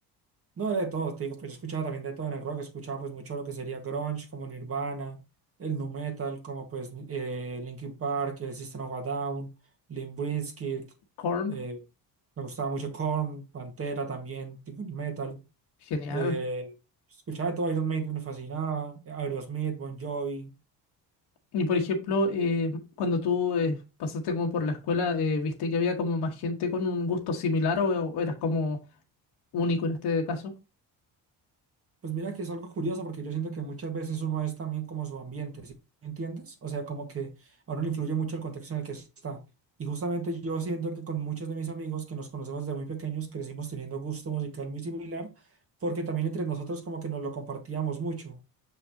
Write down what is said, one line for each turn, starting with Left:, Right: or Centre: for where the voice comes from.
Right: No, de todo, te digo, pues yo escuchaba también de todo en el rock, escuchaba pues mucho lo que sería grunge, como Nirvana, el nu metal, como pues eh, Linkin Park, eh, System of a Down, Limp Bizkit,
Left: Korn.
Right: eh, me gustaba mucho Korn, Pantera también, tipo nu metal,
Left: Genial.
Right: eh, escuchaba de todo, Iron Maiden me fascinaba, Aerosmith, Bon Jovi,
Left: Y por ejemplo, eh, cuando tú eh, pasaste como por la escuela, eh, ¿viste que había como más gente con un gusto similar o, o eras como único en este caso?
Right: Pues mira que es algo curioso porque yo siento que muchas veces uno es también como su ambiente, ¿sí me entiendes? O sea, como que a uno le influye mucho el contexto en el que está. Y justamente yo siento que con muchos de mis amigos que nos conocemos desde muy pequeños crecimos teniendo gusto musical muy similar porque también entre nosotros como que nos lo compartíamos mucho.